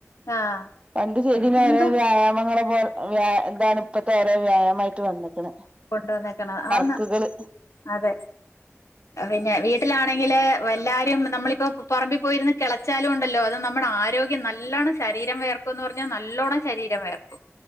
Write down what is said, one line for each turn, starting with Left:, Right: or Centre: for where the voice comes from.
Left: ആഹ്
Right: പണ്ട് ചെയ്തി
Left: എന്ത്
Right: ഓരോ വ്യായാമങ്ങളെ പോലെ വ്യ ഇതാണ് ഇപ്പത്തെേറെ വ്യായാമമായിട്ട് വന്നിക്കണ
Left: കൊണ്ടുവന്നേക്കണം ആന്ന്
Right: ക്കുകള്
Left: അതെ പിന്നെ വീട്ടിലാണെങ്കില് എല്ലരും നമ്മളിപ്പോ പറമ്പിൽ പോയിരുന്ന കള ച്ചാലും ഉണ്ടല്ലോ അത് നമ്മുടെ ആരോഗ്യം നല്ലണം ശരീരം വേർക്കും എന്ന് പറഞ്ഞാൽ നല്ലോണ്ണം ശരീരം വേർക്കും